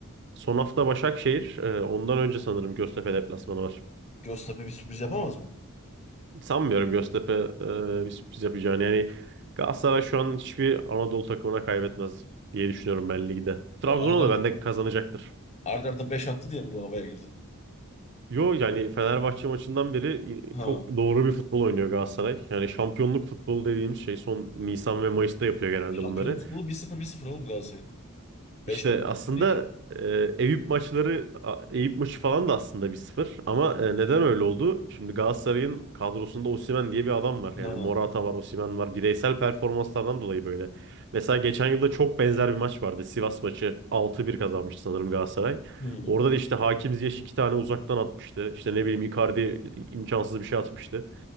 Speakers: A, on the right; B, on the left.
A: Son hafta Başakşehir. e, Ondan önce sanırım Göztepe deplasmanı var.
B: Göztepe bir sürpriz yapamaz mı?
A: Sanmıyorum Göztepe e, bir sürpriz yapacağını. Yani Galatasaray şu an hiçbir Anadolu takımına kaybetmez diye düşünüyorum ben ligde. Trabzon'a
B: O Arda
A: da bende kazanacaktır.
B: Arda 5 attı diye mi bu havaya girdin?
A: Yo yani Fenerbahçe maçından beri
B: Ha,
A: çok doğru bir futbol oynuyor Galatasaray. Yani şampiyonluk futbolu dediğimiz şey son Nisan ve Mayıs'ta yapıyor genelde
B: şampiyonluk
A: bunları.
B: futbolu 1-0 1-0 oğlum Galatasaray'ın. Beş
A: İşte
B: bir buçuk
A: aslında
B: değil ki.
A: e, Eyüp maçları a- Eyüp maçı falan da aslında bir sıfır ama e, neden öyle oldu? Şimdi Galatasaray'ın kadrosunda Osimhen diye bir adam var. Yani
B: Ha.
A: Morata var, Osimhen var. Bireysel performanslardan dolayı böyle. Mesela geçen yılda çok benzer bir maç vardı. Sivas maçı altı bir kazanmıştı sanırım Galatasaray.
B: Hı.
A: Orada da işte Hakim Ziyech iki tane uzaktan atmıştı. İşte ne bileyim Icardi imkansız bir şey atmıştı.